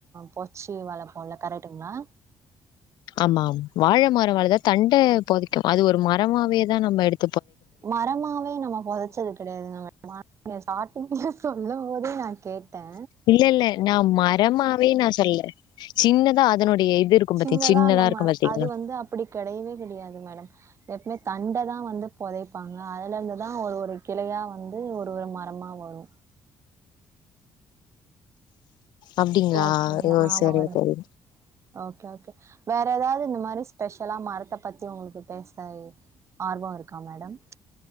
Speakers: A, on the right (about 40°); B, on the left (about 85°).
A: பொச்சி வளப்போம்ல கரெக்டுங்களா
B: ஆமாம் வாழ மரோவளக தண்ட பொதைக்கோ அது ஒரு மரமாவே தா நம்ம எடுத்
A: மரமாவே நம்ம பொதச்சது கெடையாது நம மா சடார்டிங்ல சொல்லு போதே நா கேட்ட
B: இல்ல இல்ல நா மரமாவே நா சொல்ல சின்னதா அதனுடைய இருக்கும்
A: சின்னதா
B: பாத்தீங்க
A: அந்த
B: இருக்கும்
A: மா
B: பாத்தீங்களா
A: அது வந்து அப்படி கெடையவே கெடையாது மேடம் எப்புமே தண்ட தா வந்து பொதைப்பாங்க அதுலந்து தா ஒரு ஒரு கிளையா வந்து ஒரு ஒரு மரமா வரு
B: அப்படிங்களா
A: ஓகேங்களா
B: ஐயோ
A: ஆமா
B: சரி
A: மேடம்
B: சரி
A: ஓகே ஓகே வேற ஏதாவது இந்த மாரி ஸ்பெஷலா மரத்த பத்தி உங்களுக்கு பேச ஆர்வோ இருக்கா மேடம்